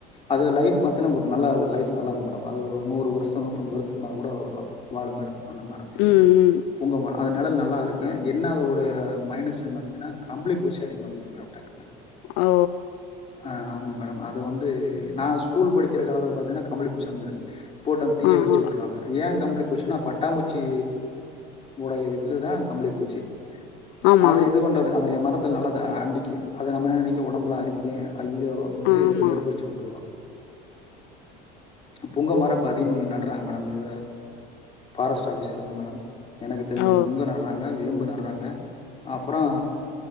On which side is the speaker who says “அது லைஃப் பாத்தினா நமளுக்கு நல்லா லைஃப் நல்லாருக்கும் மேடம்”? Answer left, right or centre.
Left